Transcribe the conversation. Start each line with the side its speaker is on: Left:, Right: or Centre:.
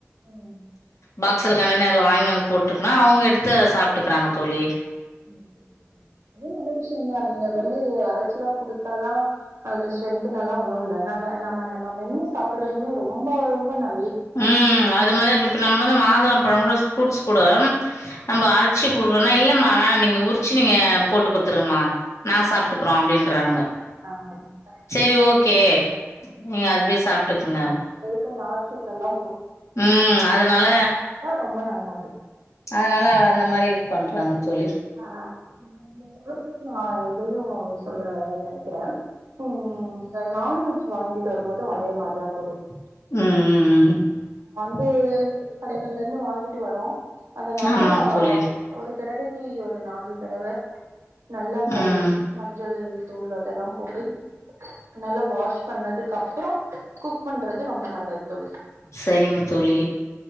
Right: ம்
Left: பாக்ஸ்ல கண்டெ்னனர்ல வாங்கிய ட்கு நா அவுங்க எடுத்து அத சாப்பிட்டுக்கறாங்க தோழி
Right: அ நல்ல விஷயம்தா நீங்க வந்து அரைச்சுல்லா கொடுத்தாதா அதுல ஸ்ட்ரென்த்னல்லா ஒண்ணு இல்ல அதனால நம் நம்ம மென்னு சாப்பிடுறதுமே ரொம்ப ரொம்ப நல்
Left: ம் அது மாரி இப்ப நம்ம வந்து மாதளம் பழோ கூட ஸ்பூர்ட்ஸ் குட
Right: ம்
Left: நம்ம அரட்சிய குடுக்கற மா இல்லமா வேணா நீங்க உரிச்சு நீங்க போட்டு கொடுத்துருமா நா
Right: ஆ
Left: சாப்பிட்டுக்கறோ
Right: நல்லா
Left: அப்படின்றானுங்க
Right: சாப்பிடுறேன். ஆ, கரெக்ட்.
Left: சேரி
Right: அது
Left: ஓகே நீங்க அதுபய சாப்பிட்டுக்குங்க
Right: அப்டியே நார்சத்தல்லா
Left: ம் அதனால
Right: ரொம்ப நல்லது
Left: அதனால அந்த மாரி இரு பண்றாங்க தோழி
Right: ஆ சொல்லும்போது நா இதையு சொல்ல நெனைக்கிறே ம் நா நான்வெஜ் வாங்கிட்டு வரும் போதும் அதே மாரிதா இருக் <unintelligible>
Left: உ உ உ
Right: உ கடைகள்ல இருந்து வாங்கிட்டு வரோ அத நல்லா
Left: ஆமாங்க தோழி
Right: ஒரு தடவைக் தி ஒரு நாலு தடவ நல்லா கழுகி
Left: ம்
Right: மஞ்சள் தூள இதெல்லா போட்டு நல்லா வாஷ் பண்ணதுக்கு அப்பறோ குக் பண்றது ரொம்ப நல்லது தோழி
Left: சேரிங்க தோழி